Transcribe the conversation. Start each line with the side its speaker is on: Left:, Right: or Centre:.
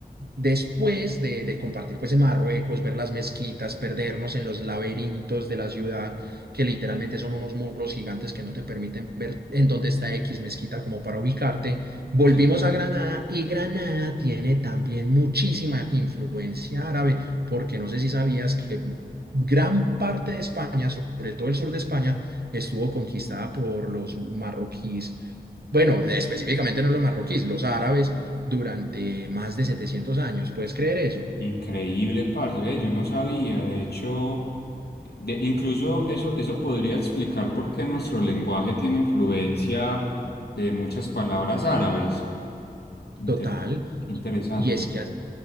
Right: después de, de compartir pues en Marruecos, ver las mezquitas, perdernos en los laberintos de la ciudad, que literalmente son unos muros gigantes que no te permiten ver en dónde está X mezquita como para ubicarte, volvimos
Left: sí.
Right: a Granada y Granada tiene también muchísima influencia árabe, porque no sé si sabías que gran parte de España, sobre todo el sur de España, estuvo conquistada por los marroquíes. Bueno, específicamente no los marroquíes, los árabes durante más de 700 años. ¿Puedes creer eso?
Left: Increíble, parce, ve, yo no sabía, de hecho, de, incluso eso, eso podría explicar por qué nuestro lenguaje tiene influencia de muchas palabras árabes. Inter-
Right: Total.
Left: interesante.
Right: Y, y es que así,